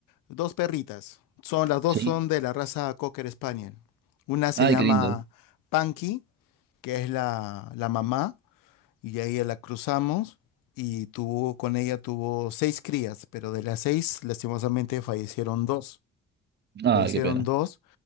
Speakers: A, on the left; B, on the right.
A: dos perritas. Son, las dos
B: ¿Sí?
A: son de la raza Cocker Spaniel. Una se
B: Ay,
A: llama
B: qué lindo.
A: Panky, que es la, la mamá, y ahí la cruzamos, y tuvo, con ella tuvo seis crías, pero de las seis, lastimosamente, fallecieron dos.
B: Ay,
A: Fallecieron
B: qué pena.
A: dos,